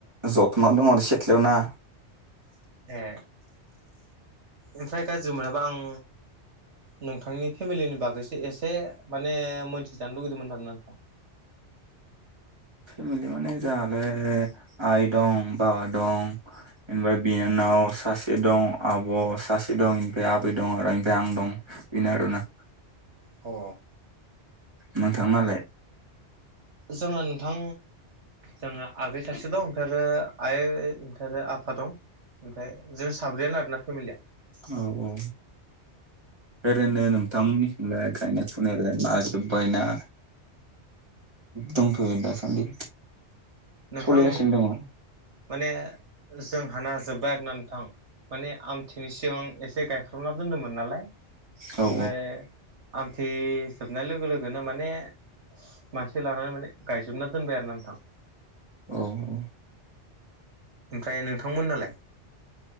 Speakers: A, on the right; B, on the right.
A: जथोनना दं आरो सिथ्लायाव ना
B: ए ओमफ्राय गाज्रि मोनाबा आं नोंथांनि फेमिलिनि बागैसो एसे माने मोनथिजानो लुगैदोंमोन आरोना नोंथां।
A: फेमिलि माने जोंहाले आइ दं बाबा दं। बेनिफ्राय बिनानाव सासे दं आब' सासे दं बेनिफ्राय आबै दं आरो बेनिफ्राय आं दं। बि आरोना
B: ह
A: नोंथांनालाय?
B: जोंहा नोंथां। जोंहा आगै सासे दं ओमफ्राय आरो आइ ओमफ्राय आरो आफा दं। ओमफ्राय जों साब्रैयानो आरोना फेमिलिया
A: औ औ। ओरैनो नोंथांमोननिजोंलाय गायनाय फुनायलाय माजोबबायना। दंथ'यो दासान्दि।
B: नोंथां
A: सोलिगासिनो दङ औ
B: माने जोंहााना जोब्बाय होननाथां माने आमथिनि सिगां एसे गायफ खोमना दोन्दोंमोन नालाय
A: औ
B: ओमफ्राय। आमथिजोबनाय लोगो लोगोनो माने मानसे लानानै माने। गायजोबना दोनबाय आरो नोंथां
A: औ औ।
B: ओमफ्राय नोंथांमोन नालाय।